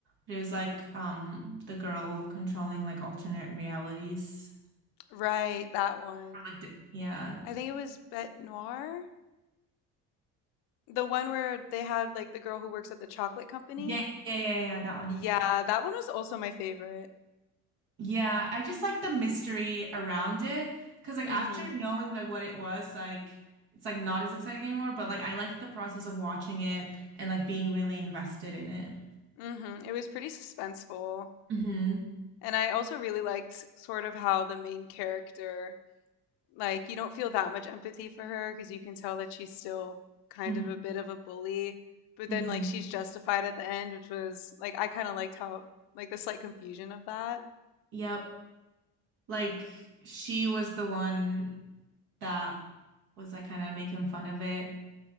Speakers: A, on the right; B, on the left.
A: But it was like um the girl controlling like alternate realities.
B: Right, that one.
A: Or, Like, di- yeah.
B: I think it was Bête Noir. The one where they had, like, the girl who works at the chocolate company?
A: Yeah, yeah, yeah, yeah, that one.
B: Yeah, that one was also my favorite.
A: Yeah, I just like the mystery around it because like
B: Mhm.
A: after knowing like what it was, like it's like not as exciting anymore, but like I like the process of watching it and like being really invested in it.
B: Mhm. It was pretty suspenseful.
A: hmm
B: And I also really liked sort of how the main character, like, you don't feel that much empathy for her because you can tell that she's still kind
A: hmm
B: of a bit of a bully, but
A: hmm
B: then, like, she's justified at the end, which was, like, I kind of liked how, like, the slight confusion of that.
A: Yep. Like she was the one that was like kind of making fun of it